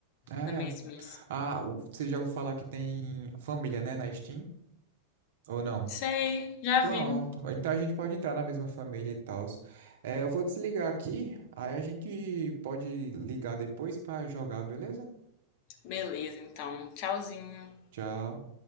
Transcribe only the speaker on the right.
é.
Ah, o- você já ouviu falar que tem família, né, na Steam? Ou não?
Pronto.
Então a gente pode entrar na mesma família e tal. É, eu vou desligar aqui, aí a gente pode ligar depois pra jogar, beleza?
Tchau.